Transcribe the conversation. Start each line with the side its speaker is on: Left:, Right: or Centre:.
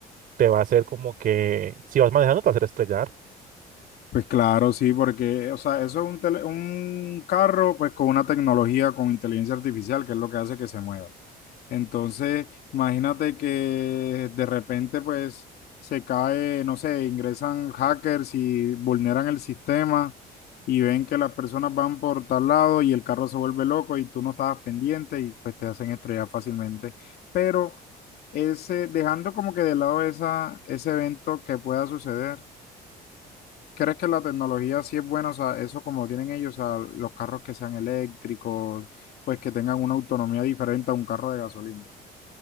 Right: te va a hacer como que, si vas manejando, te va a hacer estrellar.
Left: Pues claro, sí, porque, o sea, eso es un, tele- un carro, pues con una tecnología, con inteligencia artificial, que es lo que hace que se mueva. Entonces, imagínate que de repente, pues, se cae, no sé, ingresan hackers y vulneran el sistema y ven que las personas van por tal lado y el carro se vuelve loco y tú no estabas pendiente y pues te hacen estrellar fácilmente. Pero ese, dejando como que de lado esa, ese evento que pueda suceder, ¿crees que la tecnología sí es buena? O sea, eso como lo tienen ellos, o sea, los carros que sean eléctricos, pues que tengan una autonomía diferente a un carro de gasolina.